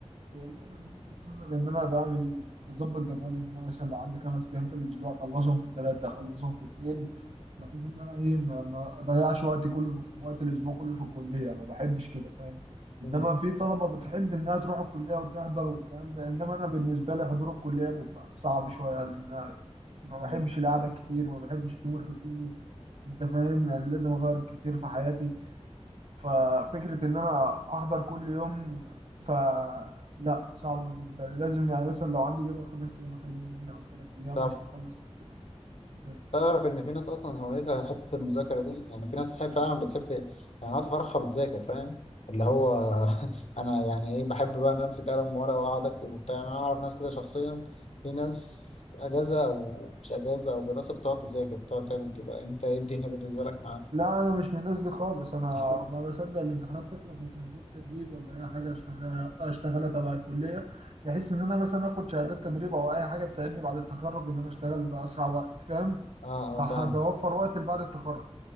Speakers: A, on the right; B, on the left.
A: والله أنا من وجهة نظري إن أنا بعمل بظبط جدولي إن أنا مثلا لو عندي خمس أيام في الأسبوع أخلصهم في ثلاثة أخلصهم في اتنين بحيث إن أنا إيه ما, ما أضيعش وقتي كله في وقت الأسبوع كله في الكلية ما بحبش كده فاهم إنما
B: مم.
A: في طلبة بتحب إنها تروح الكلية وتحضر والكلام ده إنما أنا بالنسبة لي حضور الكلية بيبقى صعب شوية لأن أنا ما
B: مم.
A: بحبش القعدة كتير ما بحبش اليوم الروتيني أنت فاهم يعني لازم أغير كتير في حياتي ففكرة إن أنا أحضر كل يوم فلا صعبة بالنسبة لي لازم يعني مثلا لو عندي جدول خمس أيام أخليه يومين أو ثلاث أيام
B: ده
A: عشان أخلص وكده
B: تعرف ان في ناس اصلا هوايتها حته المذاكره دي يعني في ناس حي- فعلا بتحب يعني وقت فرحها بتذاكر فاهم اللي هو <laughs> انا يعني ايه بحب بقى ان أنا امسك قلم ورقه واقعد اكتب وبتاع يعني انا اعرف ناس كده شخصيا في ناس اجازه او مش اجازه او دراسه بتقعد تذاكر بتقعد تعمل كده انت ايه الدنيا بالنسبه لك معاه
A: لا أنا مش من الناس دي خالص أنا
B: <laughs>
A: ما بصدق الامتحانات تخلص عشان أشوف تدريب ولا أي حاجة أشتغلها أشتغلها تبع الكلية بحيث إن أنا مثلا آخد شهادات تدريب أو أي حاجة تساعدني بعد التخرج إن أنا أشتغل بأسرع وقت فاهم
B: اه اه
A: ده
B: فاهم
A: بيوفر وقت بعد التخرج